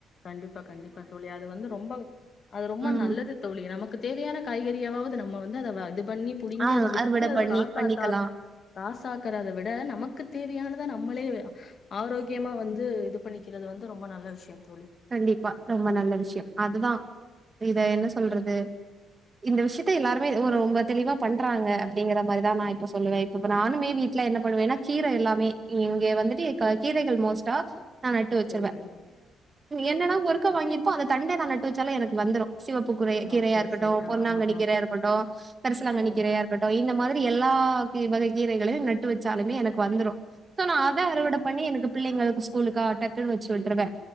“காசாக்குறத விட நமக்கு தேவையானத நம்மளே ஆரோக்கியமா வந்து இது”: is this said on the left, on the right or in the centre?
Left